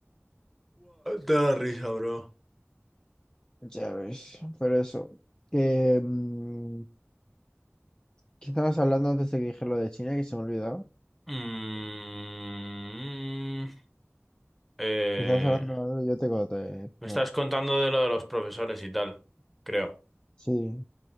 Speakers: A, in the centre; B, on the left (about 15°).
A: la risa, bro.
B: Ya ves, pero eso. Que, mm, ¿qué estabas hablando antes de que dije lo de China, que se me ha olvidado?
A: Mm, eh,
B: Que estabas hablando, yo te conté.
A: me
B: Bueno,
A: estás contando de lo de los profesores y tal, creo.
B: sí.